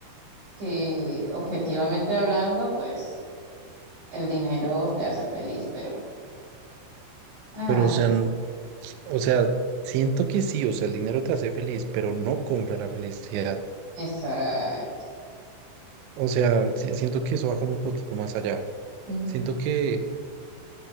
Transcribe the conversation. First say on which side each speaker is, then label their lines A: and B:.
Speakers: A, on the right; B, on the right.
A: que objetivamente hablando, pues el dinero te hace feliz, pero... Ay,
B: pero o sea, n- o sea, siento que sí, o sea, el dinero te hace feliz, pero no compra la felicidad.
A: exacto.
B: O sea, si- siento que eso va como un poquito más allá.
A: ujú,
B: Siento que,